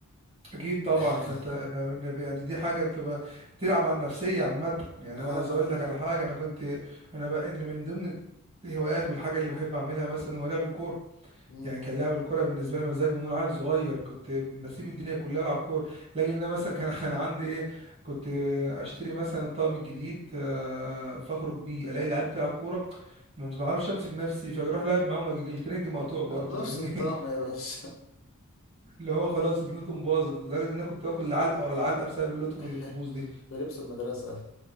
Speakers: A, on the right; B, on the left.
A: اكيد طبعا
B: <laughs>
A: فانت أنا- يعني دي حاجه بتبقى بتلعب على النفسيه عامه يعني
B: اه
A: انا عايز
B: اه
A: اقول لك على حاجه انا كنت انا بقى إن من ضمن الهوايات والحاجه اللي بحب اعملها مثلا هو لعب الكوره
B: مم.
A: يعني كان لعب الكرة بالنسبة لي مزاج من وانا عيل صغير كنت بسيب الدنيا كلها العب كورة لاجل ان انا مثلا كان <laughs> انا عندي ايه كنت اشتري مثلا طقم جديد آه، فاخرج بيه الاقي العيال بتلعب كورة ما بعرفش امسك نفسي فاروح العب معاهم أجي الترنج مقطوع برضه
B: آه، بنفس
A: فاهمني
B: الطقم
A: <laughs>
B: يا باشا
A: اللي هو خلاص اللطم باظت لدرجة ان انا كنت باخد العلقة ورا العلقة بسبب اللطم
B: <laughs>
A: اللي بتبوظ دي
B: بلبس المدرسة